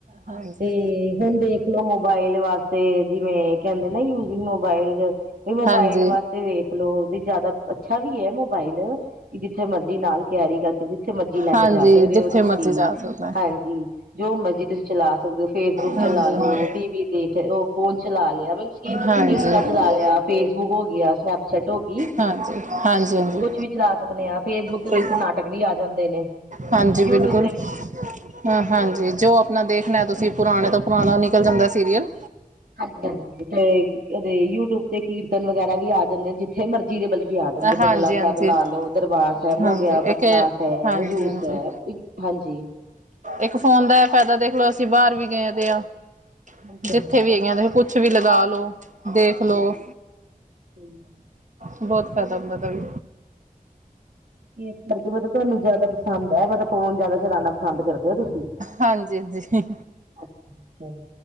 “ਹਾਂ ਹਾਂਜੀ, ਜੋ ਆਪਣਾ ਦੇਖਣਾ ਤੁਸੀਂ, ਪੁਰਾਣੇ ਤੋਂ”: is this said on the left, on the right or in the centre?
Right